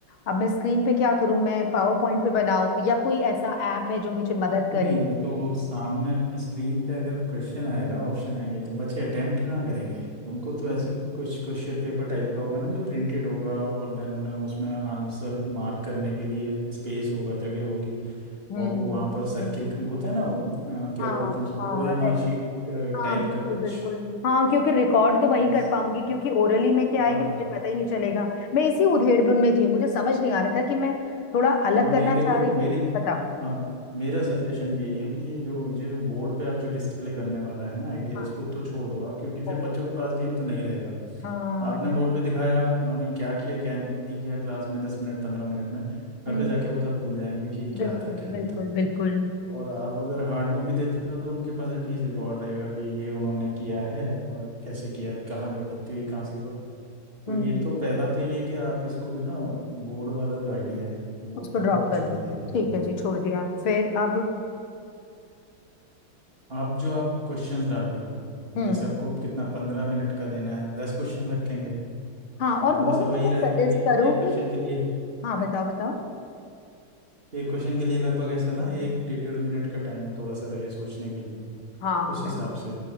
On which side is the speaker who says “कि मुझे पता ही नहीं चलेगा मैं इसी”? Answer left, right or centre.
Left